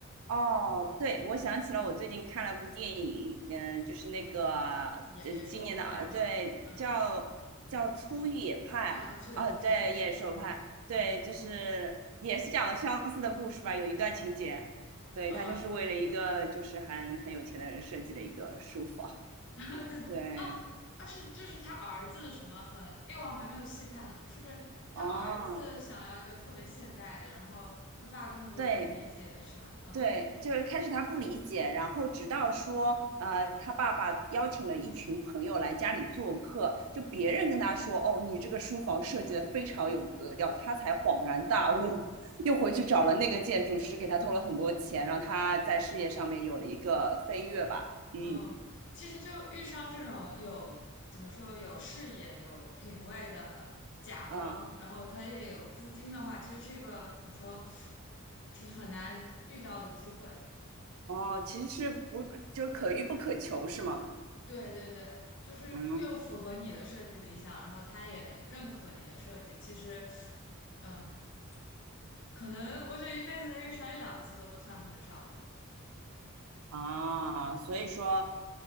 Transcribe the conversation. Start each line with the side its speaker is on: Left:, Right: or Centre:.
Right: 哦，对，我想起了我最近看了部电影，嗯、就是那个呃今年的啊，
Left: 也也受拍嘛，
Right: 对，
Left: 嗯，
Right: 叫叫《粗野派》啊，
Left: 啊，粗也拍，
Right: 对，
Left: 粗也拍，对的，
Right: 《野兽派》，对，
Left: 嗯。
Right: 就是也是讲了相似的故事吧，有一段情节，对，
Left: 啊。
Right: 他就是为了一个就是很很有钱的人设计了一个书房，
Left: 啊，对对，
Right: 对，
Left: 哦，啊是，就是他儿子什么很，因为我还没有细看呢，是不是他儿子想要一个特别现代的，
Right: 哦。
Left: 然后他爸根本就不理解，
Right: 对，
Left: 是吧？嗯
Right: 对，就是开始他不理解，然后直到说，呃，他爸爸邀请了一群朋友来家里做客，就别人跟他说，哦，你这个书房设计的非常有格调，他才恍然大悟，<laughs> 又回去找了那个建筑师，给他投了很多钱，让他在事业上面有了一个飞跃吧。嗯
Left: 嗯，其实就遇上这种有怎么说有视野、有品味的甲方，
Right: 啊，
Left: 然后他也有资金的话，其实是一个怎么说挺很难遇到的机会。
Right: 哦，其实是不，就是可遇不可求，是吗？
Left: 对对对，就是又符合你的设计理想，
Right: 嗯
Left: 然后他也认可你的设计。其实，嗯，可能我觉得一辈子能遇上一两次都算很少的。
Right: 啊，所以说。